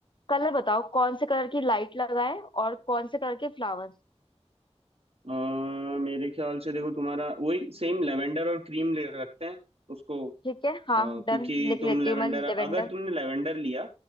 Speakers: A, on the left (about 45°); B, on the right (about 60°).
A: कलर बताओ कौन से कलर की लाइट लगाएं और कौन से कलर के फ्लावर्स
B: अ, मेरे ख्याल से देखो तुम्हारा वही सेम लेवेंडर और क्रीम ले रखते हैं उसको अ,
A: ठीक है हाँ डन
B: क्योंकि
A: लिख
B: तुम
A: लेती
B: लेवेंडर
A: हूँ मैं लेवेंडर
B: अगर तुमने लेवेंडर लिया